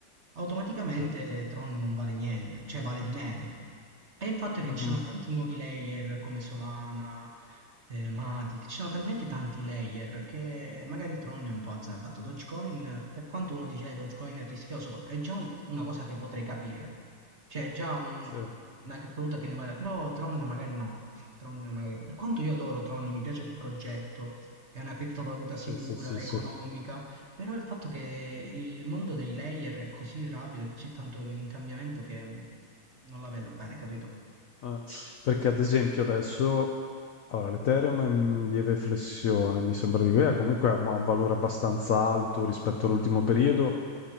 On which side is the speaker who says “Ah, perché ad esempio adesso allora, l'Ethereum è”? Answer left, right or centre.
Left